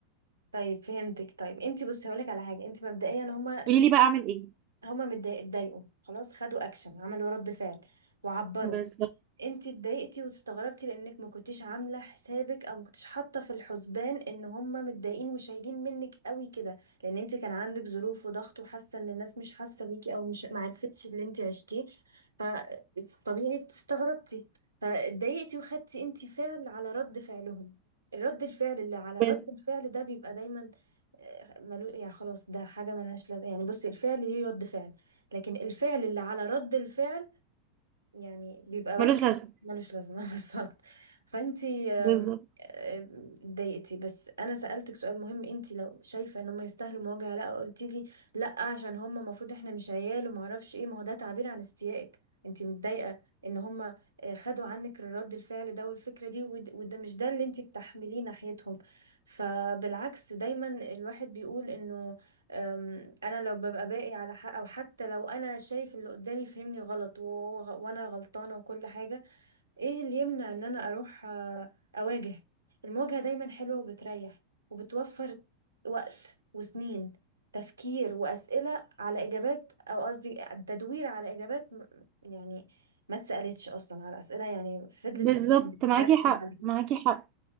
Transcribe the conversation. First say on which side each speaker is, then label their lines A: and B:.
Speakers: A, on the right (about 75°); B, on the right (about 40°).
A: طيب فهمتك طيب انتي بصي هقولك على حاجة انتي مبدئيا هما
B: قولي لي بقى اعمل ايه
A: هما متضايق- اتضايقوا خلاص خدوا اكشن عملوا رد فعل وعبروا
B: بس
A: انتي اتضايقتي واستغربتي لانك ما كنتيش عامله حسابك او ما كنتيش حاطه في الحسبان ان هما متضايقين وشايلين منك قوي كده لان انتي كان عندك ظروف وضغط وحاسه ان الناس مش حاسه بيكي او مش ما عرفتش اللي انتي عشتيه فطبيعي استغربتي فاتضايقتي وخدتي انتي فعل على رد فعلهم الرد الفعل اللي على
B: بس
A: رد الفعل ده بيبقى دايما آه، ملو يعني خلاص ده حاجه ملهاش لازمه يعني بصي الفعل ليه رد فعل لكن الفعل اللي على رد الفعل يعني بيبقى
B: ملوش
A: بس
B: لازمه
A: ملوش لازمة <laughs> بالظبط فانتي آم،
B: بالظبط
A: آم، اتضايقتي بس انا سألتك سؤال مهم انتي لو شايفة ان هم يستاهلوا مواجهة لا قلتي لي لا عشان هم المفروض احنا مش عيال وما اعرفش ايه ما هو ده تعبير عن استيائك انتي متضايقة ان هم خدوا عنك رد الفعل ده والفكرة دي ود- وده مش ده اللي انتي بتحمليه ناحيتهم فبالعكس دايما الواحد بيقول انه أم، انا لو ببقى باقي على حق او حتى لو انا شايف اللي قدامي فهمني غلط وهو غ- وانا غلطانه وكل حاجه ايه اللي يمنع ان انا اروح آه، اواجه المواجهه دايما حلوه وبتريح وبتوفر وقت وسنين تفكير واسئله على اجابات او قصدي تدوير على اجابات م- يعني ما اتسالتش اصلا على اسئله يعني فضلت
B: بالظبط
A: في بالي بالي
B: معاكي
A: وبالي.
B: حق معاكي حق